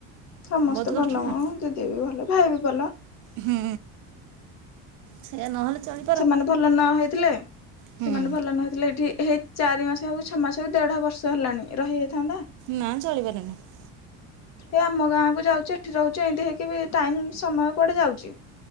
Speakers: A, on the left (about 50°); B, on the right (about 60°).
A: ସମସ୍ତେ
B: ବହୁତ କଷ୍ଟ
A: ଭଲ ହ
B: ନା
A: ଦିଦି ବି ଭଲ ଭାଇ ବି ଭଲ।
B: ହୁଁ। ସେଇୟା ନହେଲେ ଚଳି
A: ସେମାନେ ଭଲ ନ ହେଇଥିଲେ
B: ହୁଁ
A: ସେମାନେ ଭଲ ନ ହେଇଥିଲେ ଏଠି ହେଇ ଚାରି ମାସ ହେଉ ଛଅ ମାସ ହେଉ ଦେଢ ବର୍ଷ ହେଲାଣି ରହିହେଇଥାନ୍ତା।
B: ନା ଚଳି ପାରିମିନି।
A: ଏ ଆମ ଗାଁ କୁ ଯାଉଚି ଏଠି ରହୁଛି ଏମିତି ହେଇକି ବି ଟାଇମ୍ ସମୟ କୁଆଡେ ଯାଉଚି।